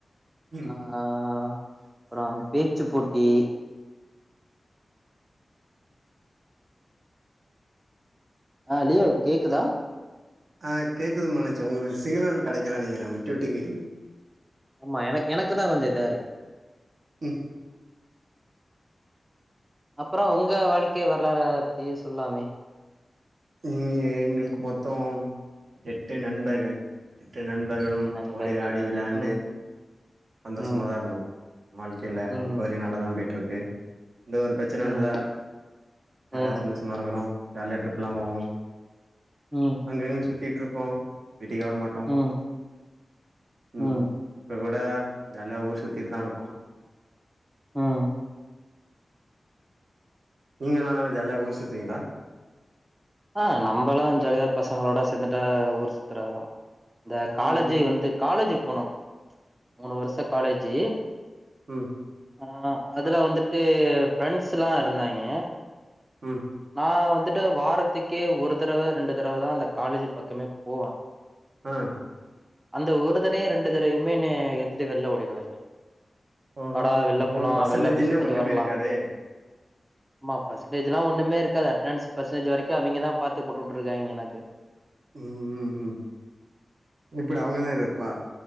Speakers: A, on the right; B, on the right.
A: ம்
B: ஆ அப்புறம் பேச்சி போட் டி ஆ லியோ கேக்குதா
A: ஆ கேக்குதுங் மனோஜ் ஒங்களுக்கு சிக்னல் கெடைக்கல நெனைக்கிறே விட்டு விட்டு கேக்குது
B: ஆமா எனக் எனக்கு தான் கொஞ்சம் இதா இருக்கு
A: ம்
B: அப்புறம் உங்க வாழ்க்கைய வரலாற பத்தி சொல்லாமே
A: நீங்க எங்களுக்கு மொத்தம் எட்டு நண்பர்கள் நண்பர்களு
B: நண்பர்கள்
A: ஓடி ஆடி விளாண்டு
B: ம்
A: சந்தோஷமா
B: ம்
A: தா இருந்தோ வாழ்க்கையில
B: ம்
A: இப்போ வரையு நல்லா தா போயட்டு இருக்கு கு எந்த ஒரு பிரச்சின
B: ம்
A: இல்ல ஜாலியா
B: ம்
A: சந்தோஷமா இருக்கிறோ ஜாலியா ட்ரிப் உ
B: ம்
A: அங்க எங்க சு இட்ருப்போ வீட்டுக்கேவரமாட்டோ
B: ம்
A: இப்போ
B: ம்
A: கூட ஜாலியா ஊர் சுத்தட்டுதா இருக்கோஉ
B: ம்
A: நீங்கன்னா ஜாலியா ஊர் சுத்துவீங்களா
B: ஆ நம்மல்லா ஜாலியா பசங்களோட சேர்ந்துட்டு ஊர் சுத்துறதா இந்த காலேஜி
A: ம்
B: வந்து காலேஜ் போனோ மூணு வருஷ காலேஜ் ஜி
A: உ
B: ஆ அதுல வந்துட்டு ஃப்ரெண்ஸ்ல்லா இருந்தாங்க
A: உ
B: நா வந்துட்டு வாரத்துக்கே ஒரு தடவ ரெண்டு தடவ தா அந்த காலேஜ் பக்கமே போவே
A: ஆ
B: அந்த ஒரு தடையு ரெண்டு தடையுமேனு எடுத்துட்டு வெளில ஓடிடுவே
A: ஓஹோ
B: அடா வெள்ள
A: அப்போ
B: போலா
A: உங்களுக்கு பர்சன்டேஜ்ன்னே
B: வெள்ள போய் சுத்திட்டு
A: ஒண்ணுமே
B: வரலா
A: இருக்காதே
B: ஆமா பர்ன்டேஜ்ல்லா ஒண்ணுமே அட்னன்ஸ் பர்சன்டேஜ் வரைக்கு அவிங்கதா பாத்து போட்டுட்ருக்காங்க எனக்கு
A: உ உ உ எப்படி அவங்கதா இருப்பா